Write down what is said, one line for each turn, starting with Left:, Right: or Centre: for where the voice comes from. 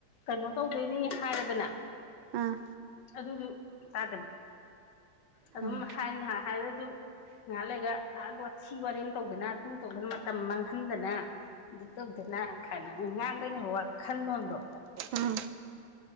Left: ꯀꯩꯅꯣ ꯇꯧꯗꯣꯏꯅꯤ ꯍꯥꯏꯔꯦꯗꯅ
Right: ꯑꯥ
Left: ꯑꯗꯨꯁꯨ ꯇꯥꯗꯕꯤ ꯑꯗꯨꯝ
Right: ꯎꯝ
Left: ꯍꯥꯏ ꯉꯥꯏꯍꯥꯛ ꯍꯥꯏꯔꯁꯨ ꯉꯥꯏꯍꯥꯛ ꯂꯩꯒ ꯋꯥꯊꯤ ꯋꯥꯔꯦꯝ ꯇꯧꯗꯅ ꯇꯧꯗꯨꯅ ꯃꯇꯝ ꯍꯟꯗꯅ ꯑꯗꯨ ꯇꯧꯗꯅ ꯀꯥꯏꯅ ꯉꯥꯡꯗꯣꯏꯅꯦ ꯋꯥꯈꯜꯂꯣꯟꯗꯣ
Right: ꯎꯝ